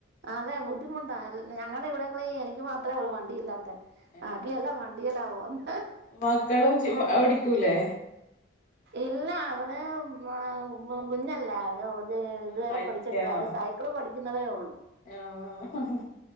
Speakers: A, on the right; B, on the left.
A: അതെ ബുദ്ധിമുട്ടാ, ഞങ്ങടെ ഇവിടങ്ങളിൽ എനിക്ക് മാത്രേ ഉള്ളൂ വണ്ടി ഇല്ലാത്തെ
B: ഏഹ്
A: ബാക്കിയെല്ലാം വണ്ടി <unintelligible>
B: മക്കളും ജി ഓടിക്കൂലേ
A: ഇല്ല അവര് മ്കുഞ്ഞല്ലേ അവര് <unintelligible> ഇത് ഇതുവരെ
B: ആഹ് ഇല്ല
A: പഠിച്ചിട്ടില്ല അവര് സൈക്കിള് പഠിക്കുന്നതേ ഉള്ളൂ
B: ആഹ്